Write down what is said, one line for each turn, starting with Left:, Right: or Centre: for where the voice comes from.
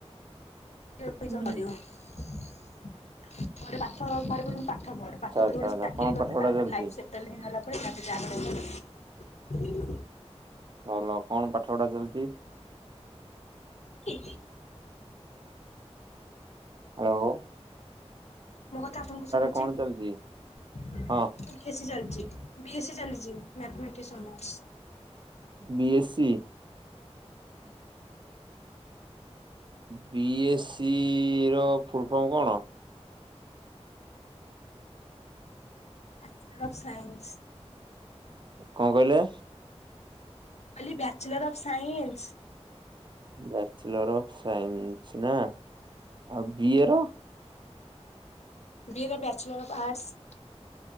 Left: <inaudible>
Right: ହୁଁ।
Left: ପାଠ ପଢ ପାଠ ପଢି ଗୋଟେ
Right: ଆଚ୍ଛା
Left: ଚାକିରି
Right: ଆଚ୍ଛା ଆଚ୍ଛା କଣ
Left: କରନ୍ତି
Right: ପାଠ ପଢା ଚାଲିଛି
Left: ତାପରେ ଲାଇଫ୍ ସେଟ୍ <inaudible>
Right: ଭଲ କଣ ପାଠ ପଢା ଚାଲିଛି?
Left: ହଁଁ
Right: ହାଲୋ।
Left: ମୋ କଥା ଆପଣଙ୍କୁ ଶୁଭୁଚି?
Right: କଣ ଚାଲିଛି?
Left: ବିଏସି
Right: ହଁ
Left: ଚାଲିଛି ବିଏସି ଚାଲିଛି ମଥମେଟିକ୍ସ ଅନର୍ସ
Right: ବିଏସି
Left: ଆଜ୍ଞା।
Right: ବି ଏ ସି ର ଫୁଲ ଫର୍ମ କଣ?
Left: Bachelor of science.
Right: କଣ କହିଲେ?
Left: କହିଲି bachelor of science.
Right: Bachelor of science ନା ଆଉ ବିଏ ର?
Left: B bachelor of arts.